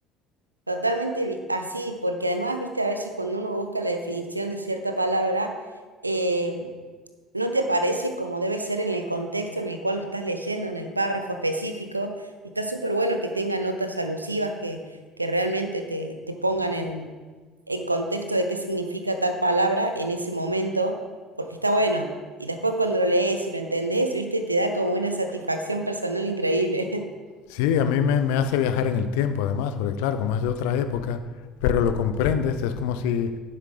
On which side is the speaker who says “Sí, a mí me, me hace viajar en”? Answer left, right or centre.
Left